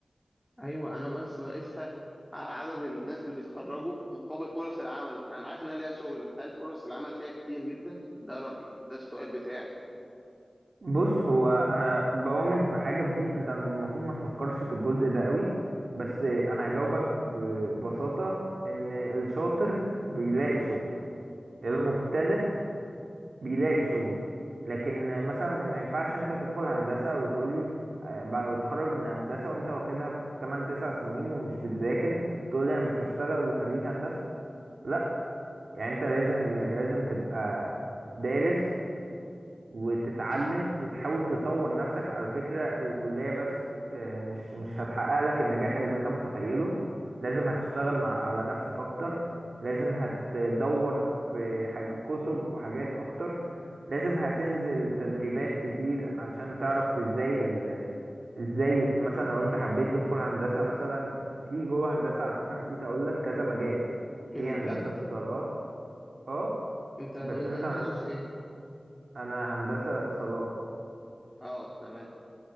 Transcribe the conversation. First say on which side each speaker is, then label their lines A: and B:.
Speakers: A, in the centre; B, on the right (about 85°).
A: أيوه أنا بس بقيسها على عدد الناس اللي بيتخرجوا مقابل فرص العمل أنا عارف إنها ليها شغل بس هل فرص العمل فيها كتير جدا؟ ده رأيي ده السؤال بتاعي
B: بص هو أنا بؤمن بحاجة في دي أنت المفروض ما تفكرش في الجزء ده قوي بس أنا هجاوبك ببساطة إن الشاطر بيلاقي شغل المختلف بيلاقي شغل لكن مثلا ما ينفعش انت تدخل هندسة وتقولي آه، بعد وتخرج من هندسة وانت واخدها في 8 9 سنين ومش بتذاكر تقولي انا مش بشتغل وخريج هندسة لا يعني انت لازم لازم تبقى دارس وتتعلم وتحاول تطور نفسك على فكرة الكلية بس آه، مش مش هتحقق لك النجاح اللي انت متخيله لازم هتشتغل مع على نفسك اكتر لازم هتدور في حاج كتب وحاجات اكتر لازم هتنزل تدريبات كتير علشان تعرف ازاي ال... ازاي مثلا لو انت حبيت تدخل هندسة مثلا في جوه هندسة على فكرة نسيت اقول لك كذا مجال
A: إيه
B: في
A: ده بجد؟
B: هندسة اتصالات اه
A: أنت طب
B: بس
A: أنت
B: انت
A: تخصص إيه؟
B: انا هندسة اتصالات
A: اه تمام